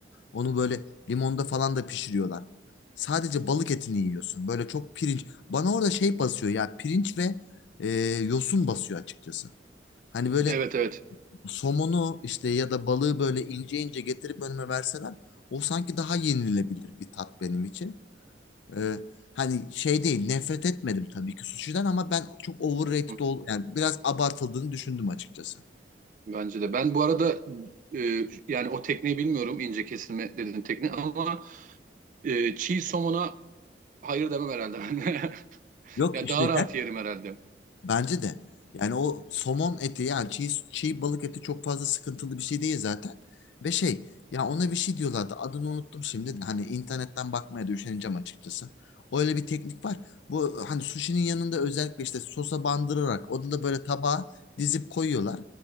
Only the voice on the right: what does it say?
Evet evet.
Hı,
Bence de. Ben bu arada e, yani o tekniği bilmiyorum ince kesilme dediğin tekniği ama e, çiğ somona hayır demem herhalde ben. <laughs>
Ya
daha rahat yerim herhalde.